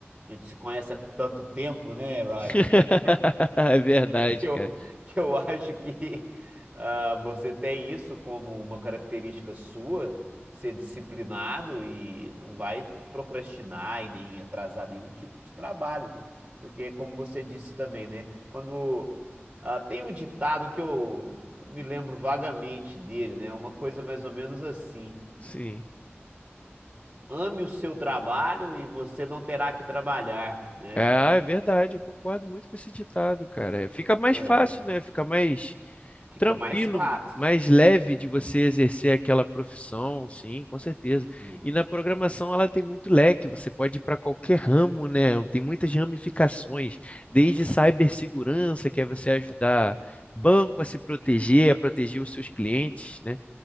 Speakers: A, on the right (about 25°); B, on the left (about 30°).
A: A gente se conhece há tanto tempo, né, Ryan?
B: <laughs>
A: <laughs>
B: É verdade,
A: Que eu,
B: cara.
A: que eu acho que ah, você tem isso como uma característica sua, ser disciplinado e não vai procrastinar e nem atrasar nenhum tipo de trabalho. Porque, como você disse também, né? Quando. ah, tem um ditado que eu me lembro vagamente dele, né? Uma coisa mais ou menos assim.
B: Sim.
A: ame o seu trabalho e você não terá que trabalhar, né?
B: Ah, é verdade, eu concordo muito com esse ditado, cara. É, Fica mais
A: É,
B: fácil, né? Fica mais
A: Fica
B: tranquilo,
A: mais fácil.
B: mais leve de você exercer aquela profissão, sim, com certeza.
A: isso.
B: E na programação ela tem muito leque, você pode ir para qualquer ramo, né? Tem muitas ramificações, desde cibersegurança, que é você ajudar banco a se proteger, a proteger os seus clientes, né?